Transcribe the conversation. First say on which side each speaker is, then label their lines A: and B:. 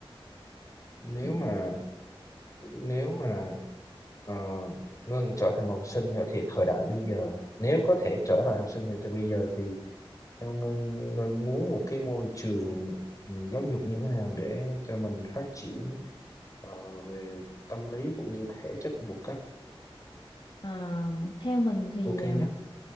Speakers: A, on the left; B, on the left.
A: nếu
B: Thì,
A: mà nếu mà ờ, Ngân trở thành một học sinh nữa thì thời đại bây giờ nếu có thể trở thành học sinh thì từ bây giờ thì theo Ngân Ngân muốn một cái môi trường ừ, giáo dục như thế nào để cho mình phát triển ờ, về tâm lý cũng như thể chất một cách
B: à, theo mình thì
A: ok
B: à,
A: nhất